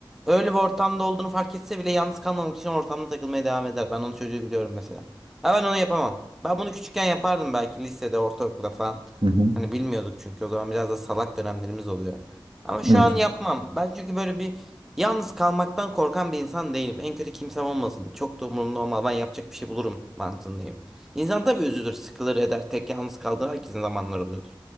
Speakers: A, in the centre; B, on the right.
A: öyle bir ortamda olduğunu fark etse bile yalnız kalmamak için ortamda takılmaya devam eder. Ben onun çocuğu biliyorum mesela. Ha ben onu yapamam. Ben bunu küçükken yapardım belki lisede, ortaokulda falan.
B: Hı hı.
A: Hani bilmiyorduk çünkü o zaman biraz da salak dönemlerimiz oluyor. Ama şu
B: Evet.
A: an yapmam. Ben çünkü böyle bir Yalnız kalmaktan korkan bir insan değilim. En kötü kimsem olmasın. Çok da umurumda olmaz. Ben yapacak bir şey bulurum mantığındayım. İnsan tabii üzülür, sıkılır, eder. Tek yalnız kaldığı herkesin zamanları oluyordur.